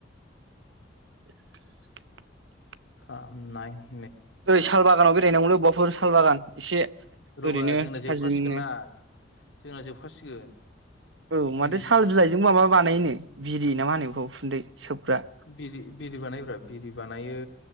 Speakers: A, on the right; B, on the left.
A: <inaudible>
B: खामनाय <unintelligible>
A: ओरै साल बागानाव बेरायहैनांगौ बबाफोर साल बागान एसे।
B: र
A: ओरैनो
B: ब्रा जोंना
A: थाजिमनो
B: जोबखासिगोन ना जोंना जोबखासिगोन।
A: औ माथो
B: दिनैजों
A: साल बिलाइजोंबो माबा बानायोनो बिरि ना मा होनो बेखौ उखुन्दै सोबग्रा।
B: बिरि बिरि बानायो ब्रा बिरि बानायो